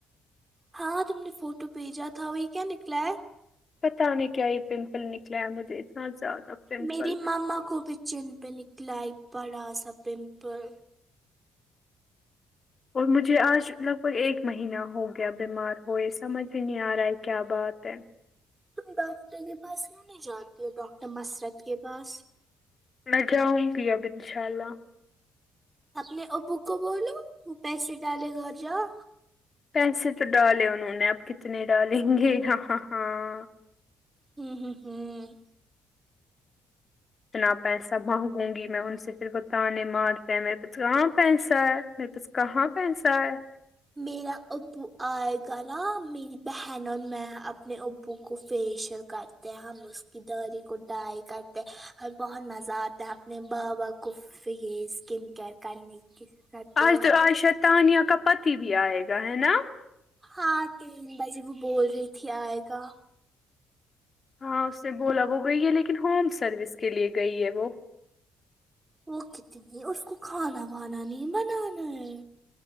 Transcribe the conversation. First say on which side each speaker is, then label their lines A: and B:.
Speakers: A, on the right; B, on the left.
A: ہاں تم نے فوٹو بھیجا تھا وہی کیا نکلا ہے
B: پتا نہیں کیا یہ پمپل نکلا ہے مجھے اتنا زیادہ پمپل
A: میری ماما کو بھی چین پہ نکلا ہے ایک بڑا سا پمپل
B: اور مجھے آج لگ بھگ ایک مہینہ ہو گیا بیمار ہوئے سمجھ میں نہیں آ رہا ہے کیا بات ہے
A: تم ڈاکٹر کے پاس کیوں نہیں جاتے ہو ڈاکٹر مسرت کے پاس
B: میں جاؤں گی اب ان شاء اللہ
A: اپنے ابو کو بولو پیسے ڈالے گھر جاؤ
B: پیسے تو ڈالے انہوں نے آپ کتنے ڈالیں گے ہاں ہاں ہاں
A: ہوں ہوں ہوں
B: اتنا پیسہ منگوگی نہ میں ان سے پھر وہ تانے مارتے میرے پاس کہاں پیسہ ہے میرے پس کہاں پیسہ ہے
A: میرا ابو آئے گا نا میری بہن اور میں اپنے ابو کو فیشر کرتی ہم اس کی ڈری کو ڈائی کرتے اور بہت مزہ آتا ہے اپنے با با کو فیس اسکن کیئر کرنے کی کرتے
B: آج
A: ہیں ہم
B: تو آج شاید تانیا کا پتی بھی آئے گا ہے نا
A: ہاں تین بجے وہ بول رہی تھی آئے گا
B: ہاں اس نے بولا وہ گئی ہے لیکن ہوم سروس کے لیے گئی ہے وہ
A: وہ کتنی ہے اس کو کھانا وانا نہیں بنانا ہے